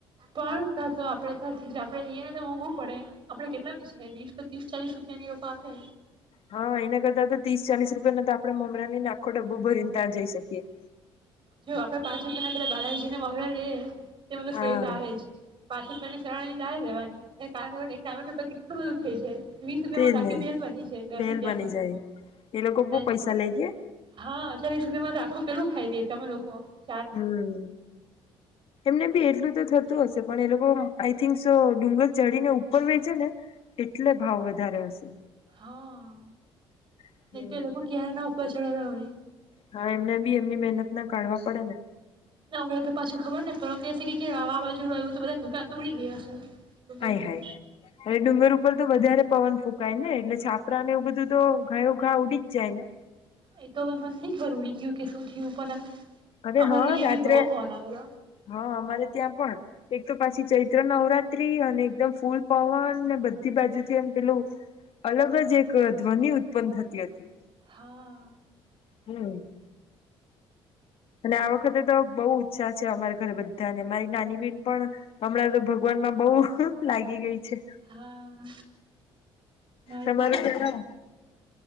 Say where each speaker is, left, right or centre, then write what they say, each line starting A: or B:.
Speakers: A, on the right; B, on the left.
A: પણ ત્યાં તો આપડે ત્યાંથી જ આપ આપડણે જઈએ ને તો મોંઘવું પડે આપડણે કેટલાની છે વીસ તો ત્રીસ ચાલીસ રૂપિયાની રોપ આપે
B: હા એના કરતા તો ત્રીસ ચાલીસ રૂપિયા ના તો આપણે મમરાની ને આખો ડબબો ભરીનેતા જઈ શકીયએ.
A: જો આપે પાંચ રૂપિયાને પેલા બાલાજી ને મમરા લે તેમાં તો
B: હા
A: સેવ તો આવે જ પાછું મને ચા જાયવાય. ના કાર ક તું તો <inaudible> એટલું બધું થઈ જાય. વીસ રૂપિયામાં
B: તેજ
A: તો આખી
B: ને
A: બેલ બની છે દસ
B: ભેલ
A: રૂપિયામાં
B: બની જાય એ લોકો
A: નહી
B: બહુ પૈસા લે કે
A: હા ચાલીસ રૂપિયામાં તો આખું પેલો ખાઈ દે. તમા લોકો હ
B: હમ એમને બી એટલું તો થતું હશે. પણ એ લોકો આઈ થિંક ડુંગર ચઢીને ઉપર વેચે છેે ને એટલે ભાવ વધારે હશે.
A: હા
B: હમ
A: નહીં તો એ લોકો ક્યારના ઉપર ખલા હોય
B: હા એમને બી એમની મહેનત ના કાઢવા પડે ને
A: અમને તો પાછી ખબર નને પરમ દેશે કે વાવાઝોડું આવ્યું તો બધા દુકાન તો ઉડી ગઈ હશે ડુંગર
B: હય
A: પર
B: હાય હવે ડુંગર ઉપર તો વધારે પવન ફૂક ને એટલે છાપરા એવું બધું તો ઘાયો ઘા ઉડી જ જાય ને.
A: એ તો હવે મને નહી ખરું રડી ગયું કે શું થયું પણ
B: હવે
A: અમારે
B: હા
A: અહિયાં
B: રાત્રે
A: બી બહુ પવન આવેલો
B: હા અમારે ત્યાં પણ એક તો પાછી ચૈત્ર નવરાત્રી અને એકદમ ફૂલ પવન બધી બાજુથી એમ પેલું અલગ જ એક ધ્વનિ ઉત્પન્ન થતી હતી
A: હા
B: હું અને આ વખતે તો બહુ ઉત્સાહ છે અમારા ઘરે બધાને મારી નાની બેન પણ હમણાં તો ભગવાનમાં બહુ લાગી ગઈ છે
A: હા નરસો
B: તમારું
A: આવે ને
B: જણાવો
A: છે